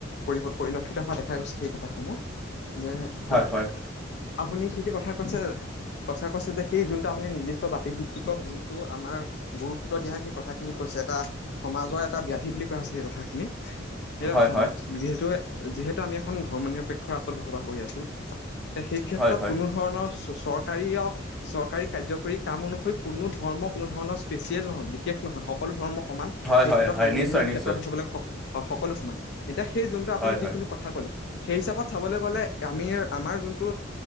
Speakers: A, on the left; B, in the centre.
A: পৰি পৰিলক্ষিত হোৱা দেখা দেখা গৈছে সেই কথা সমূহ। যে
B: হয়
A: অ'
B: হয়
A: আপু আপুনি সেইটো কথা কৈছে সঁ‌চা কৈছে যে সেই যোনটো আপুনি নিৰ্দিষ্ট জাতি ভিত্তিকত যোনটো আমাৰ গুৰুত্ব দিয়া হয়। আপুনি কৈছে এটা সমাজৰ এটা ব্যাধি বুলি কোৱা হৈছে সেই কথাখিনি। সেইটো
B: হয়
A: আছে আহওক
B: হয়
A: যিহেতু, যিহেতু আমি এখন ধৰ্ম নিৰপেক্ষৰ ৰাষ্ট্ৰত বসবাস কৰি আছোঁ‌। সেই ক্ষেত্ৰত
B: হয় হয়
A: কোনো ধৰণৰ চৰকাৰী-চৰকাৰী কাৰ কৰি কাম অনুসৰি, কোনো ধৰ্ম, কোনো ধৰণৰ স্পেচিয়েল নহয়, বিশেষ নহয় সকলো ধৰ্ম সমান
B: হয়
A: সেই
B: হয়
A: ক্ষেত্ৰত
B: হয়
A: সাংবিধানিক
B: নিশ্চয় নিশ্চয়
A: ক্ষেত্ৰৰ পা চাবলৈ হয়, সকলো সমান এতিয়া সেই জোনটো আপুনি
B: হয় হয়
A: যিকোনো কথা ক'লে সেই হিচাপত চাবলৈ গ'লে আমি আমাৰ যোনটো